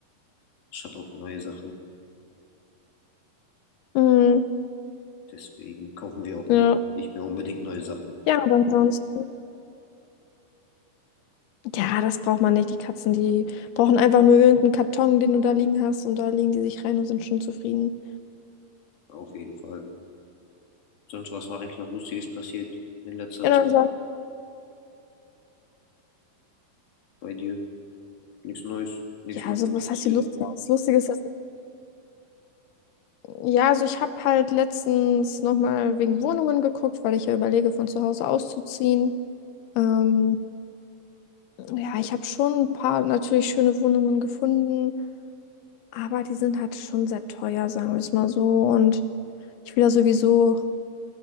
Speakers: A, on the left; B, on the left.
A: statt auf neue Sachen.
B: Mhm.
A: Deswegen kaufen wir auch ihr
B: Ja.
A: nicht mehr unbedingt neue Sachen.
B: Ja, und ansonsten. Ja, das braucht man nicht. Die Katzen, die brauchen einfach nur irgendeinen Karton, den du da liegen hast, und da legen die sich rein und sind schon zufrieden.
A: Auf jeden Fall. Sonst, was war eigentlich noch Lustiges passiert in letzter
B: Ja,
A: Zeit
B: dann sagen,
A: bei dir? Nichts Neues, nichts
B: ja,
A: Lustiges
B: also was
A: passiert.
B: heißt hier lustig? Das Lustige ist, dass, ja, also ich habe halt letztens nochmal wegen Wohnungen geguckt, weil ich ja überlege, von zu Hause auszuziehen. Ähm, ja, ich habe schon ein paar natürlich schöne Wohnungen gefunden, aber die sind halt schon sehr teuer, sagen wir es mal so. Und ich will ja sowieso